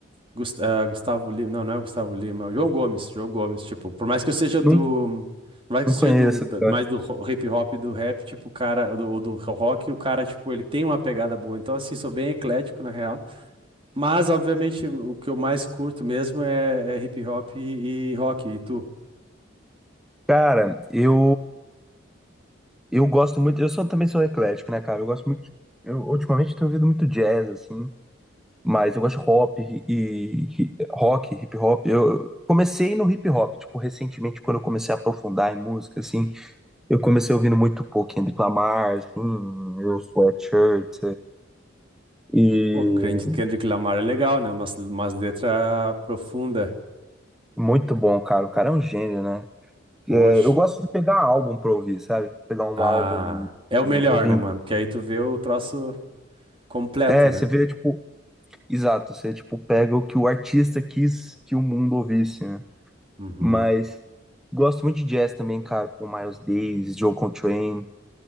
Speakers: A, on the right; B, in the centre.
A: Gus- ah, Gustavo Lima, não, não é Gustavo Lima, é o João Gomes, João Gomes, tipo, por mais que eu seja
B: Não,
A: do, por mais que
B: não
A: eu seja
B: conheço,
A: do, da-
B: cara.
A: mais do ro- hip hop e do rap, tipo, o cara, do, do rock, o cara, tipo, ele tem uma pegada boa, então, assim, sou bem eclético, na real, mas, obviamente, o que eu mais curto mesmo é, é hip hop e, e rock, e tu?
B: Cara, eu, eu gosto muito. Eu sou, também sou eclético, né, cara? Eu gosto muito. Eu ultimamente tenho ouvido muito jazz, assim. Mas eu gosto de hop e e- rock, hip hop. Eu comecei no hip hop, tipo, recentemente, quando eu comecei a aprofundar em música, assim, eu comecei ouvindo muito pouco Kendrick Lamar, assim, Earl Sweatshirt, e
A: O Kendrick Lamar é legal, né? Umas, umas letras profundas.
B: Muito bom, cara. O cara é um gênio, né?
A: Poxa.
B: É, eu gosto de pegar álbum pra ouvir, sabe? Pegar um
A: Ah,
B: álbum e,
A: é o
B: e
A: melhor,
B: ouvir.
A: né, mano? Porque aí tu vê o troço completo,
B: É,
A: né?
B: você vê, tipo, exato, você, tipo, pega o que o artista quis que o mundo ouvisse, né?
A: Uhum.
B: Mas gosto muito de jazz também, cara, com Miles Davis, Joe Contrain